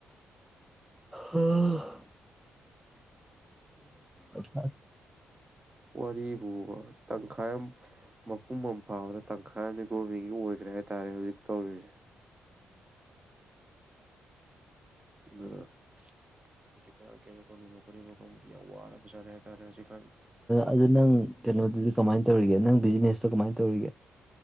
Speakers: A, in the centre; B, on the right.
A: ꯎꯝ ꯗ
B: ꯋꯥꯔꯤꯕꯨ ꯇꯪꯈꯥꯏ ꯑꯃ ꯃꯄꯨꯝ ꯑꯃ ꯐꯥꯕꯗ ꯇꯪꯈꯥꯏ ꯑꯃꯗꯤ ꯒꯣꯔꯃꯦꯟꯒꯤ ꯑꯣꯏꯈ꯭ꯔꯦ ꯍꯥꯏꯇꯥꯔꯦ ꯍꯧꯖꯤꯛ ꯇꯧꯔꯤꯁꯦ ꯑꯗꯨ ꯍꯧꯖꯤꯛꯀ ꯀꯩꯅꯣ ꯇꯧꯅꯤꯡꯕ ꯈꯣꯠꯅꯤꯡꯕ ꯀꯥꯡꯪꯕꯨꯗꯤ ꯌꯥꯝ ꯋꯥꯔꯕꯖꯠꯂꯦ ꯍꯥꯏꯇꯥꯔꯦ ꯍꯧꯖꯤꯛ
A: ꯑꯗꯨ ꯅꯪ ꯀꯩꯅꯣꯗꯨꯗꯤ ꯀꯃꯥꯏꯅ ꯇꯧꯔꯤꯒꯦ ꯅꯪ ꯕꯤꯖꯤꯅꯦꯁꯇꯣ ꯀꯃꯥꯏꯅ ꯇꯧꯔꯤꯒꯦ